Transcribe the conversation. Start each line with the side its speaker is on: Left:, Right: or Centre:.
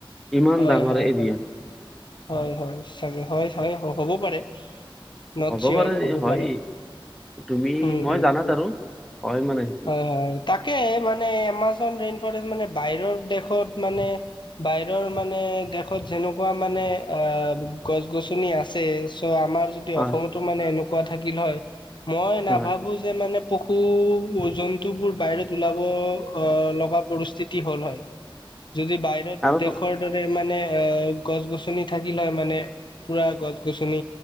Centre: ইমান
Left: হয়
Centre: ডাঙৰ
Left: হয়
Centre: এৰিয়া।
Left: হয় হয় হয় চাগে, হয় হয় হ'ব পাৰে। নট
Centre: হ'ব
Left: চিয়ৰ
Centre: পাৰে
Left: হ'ব
Centre: হয়
Left: পাৰে,
Centre: তুমি
Left: উম
Centre: মই
Left: উম
Centre: জানাত
Left: উ।
Centre: আৰু হয় মানে সেইটো
Left: হয় হয়, তাকে মানে এমাজন। মানে বাহিৰৰ দেশত মানে বাহিৰৰ মানে দেশত যেনেকা এনেকুৱা মানে অ গছ গছনি আছে চ' আমাৰ যদি
Centre: হয়
Left: অসমতো মানে এনেকুৱা থাকিল হয় মই নাভাবো
Centre: হয়
Left: যে মানে পশু জন্তুবোৰ বাহিৰত ওলাব আহ লগা পৰিস্থিতি হ'ল হয় যদি বাহিৰত
Centre: আৰু
Left: দেশৰ
Centre: তো-
Left: দৰে মানে এ গছ গছনি থাকি লয় মানে পুৰা গছ গছনি